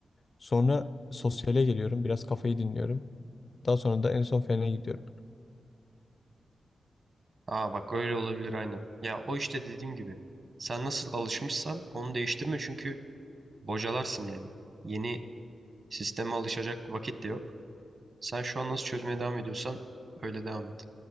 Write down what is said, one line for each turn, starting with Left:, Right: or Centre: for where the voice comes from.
Left: Sonra sosyale geliyorum, biraz kafayı dinliyorum. Daha sonra da en son fene gidiyorum.
Right: Aa bak öyle olabilir aynen. Ya o işte dediğim gibi. Sen nasıl alışmışsan onu değiştirme çünkü bocalarsın yani. Yeni Sisteme alışacak vakit de yok. Sen şu an nasıl çözmeye devam ediyorsan öyle devam et.